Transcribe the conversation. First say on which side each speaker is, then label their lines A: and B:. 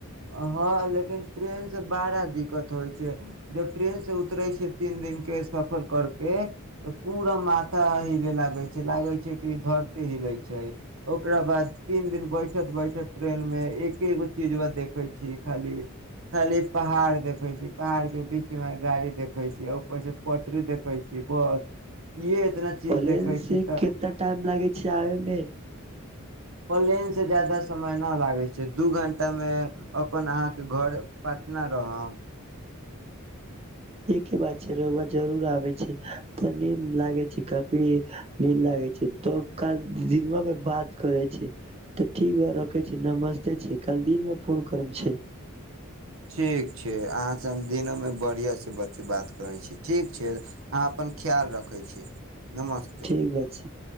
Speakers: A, on the right; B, on the right.
A: हँ लेकिन ट्रेन से बड़ा दिक्कत होइ छै जब ट्रेन से उतरे छै तीन दिनक के सफर करके तऽ पूरा माथा हिले लागय छै लागय छै कि धरते हिलय छै ओकरा बाद तीन दिन बैठ कट बायकट ट्रेनमे एकेगो चीजबा देख देखै छी खाली खाली पहाड़ देखय छी पहाड़ के बीच मे गाड़ी देखय छीयै ऊपर से पोटरी देखय छी बस इहे इतना चीज
B: प्लेन
A: देखे
B: से
A: छी तऽ
B: कितना टाइम लागै छै आबयमे
A: प्लेन से जादा समय नहि लागै छै दू घंटामे अपन अहाँके घर पटना रहब
B: की बात छै रौआ जरूर आबय छै तऽ नीन लागे छै क भी नींद लागय छै तऽ काल दिनमामे बात करै छै तऽ ठीक बा रखय छी नमस्ते छै काल दिन मे फोन करमे छै
A: ठीक छै अहाँसँ हम दिनोमे बढ़ियासँ बात करै छी ठीक छै अहाँ अपन ख्याल रखय छी नमस्ते
B: ठीक बा छै